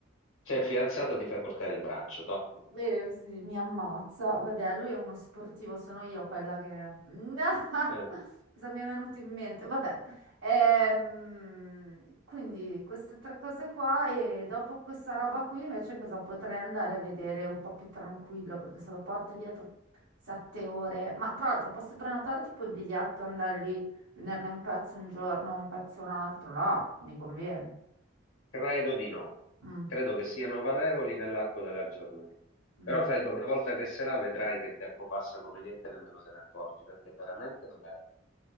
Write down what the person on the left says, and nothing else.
c'è il fidanzato, ti fai portare in braccio, toh.
Eh.
Credo di no,
credo che siano valevoli nell'arco della giornata.
Però sai che una volta che se la vedrai che il tempo passa come niente, nemmeno se ne accorgi, perché è veramente bello.